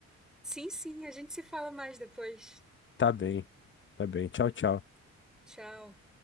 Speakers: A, in the centre; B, on the left.
A: Sim, sim, a gente se fala mais depois.
B: Tá bem, tá bem. Tchau, tchau.
A: Tchau.